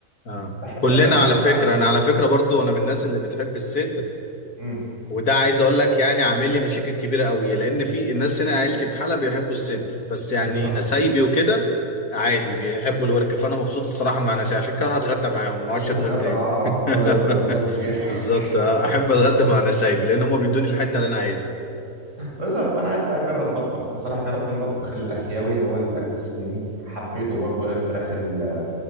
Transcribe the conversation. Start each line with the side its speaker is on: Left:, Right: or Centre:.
Left: اه
Right: بحب
Left: كلنا
Right: انا ممكن
Left: على فكرة
Right: بقى
Left: انا على فكرة برضو انا من الناس اللي بتحب الصدر
Right: امم
Left: وده عايز اقول لك يعني عامل لي مشاكل كبيرة قوي لان في الناس هنا عيلتي بحالة بيحبوا الصدر بس يعني
Right: بالظبط
Left: نسايبي وكده عادي بيحبوا الورك فانا مبسوط الصراحة مع ناسي عشان كده اروح اتغدى معاهم ما اقعدش
Right: اروح
Left: اتغدى
Right: اتغدى معاهم
Left: هنا
Right: على طول ده
Left: <laughs>
Right: بالظبط كده <laughs>
Left: بالظبط آه. احب اتغدى مع نسايبي لان هم بيدوني الحتة اللي انا عايزها
Right: بس وانا عايز بقى اجرب مطبخ بصراحه جربت المطبخ الاسيوي اللي هو الاكل الصيني حبيته برضه اللي هي الفراخ ال-